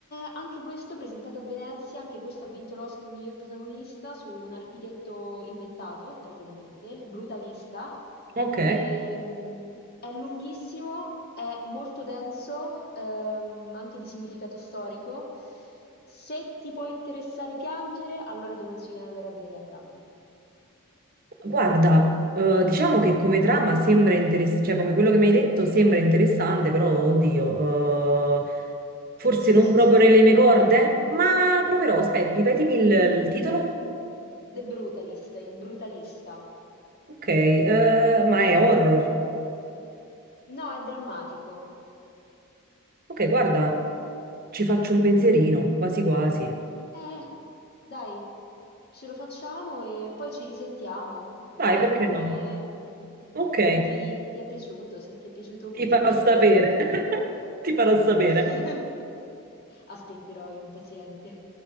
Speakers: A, on the left; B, on the right.
A: anche questo presentato a Venezia, anche questo ha vinto l'Oscar miglior protagonista su un architetto inventato, praticamente, brutalista.
B: Ok.
A: Ehm, è lunghissimo, è molto denso, ehm, anche di significato storico. Se ti può interessare piangere, allora ti consiglio di andare a vedere la trama.
B: Guarda, eh, diciamo che come trama sembra interessante, cioè come quello che mi hai detto sembra interessante, però oddio, eh, forse
A: <laughs>
B: non proprio nelle mie corde, ma proverò. Aspetta, ripetimi il, il titolo?
A: The Brutalist, il brutalista.
B: Ok, eh, ma è horror.
A: No, è drammatico.
B: Ok, guarda, ci faccio un pensierino, quasi quasi.
A: Eh, dai, ce lo facciamo e poi ci risentiamo. Vediamo
B: Dai, perché
A: come,
B: no? Ok,
A: come ti, ti è piaciuto, se ti è piaciuto o meno,
B: ti farò
A: se
B: sapere.
A: l'hai guardato
B: <laughs>
A: o meno.
B: Ti farò sapere.
A: <laughs> Aspetterò impaziente.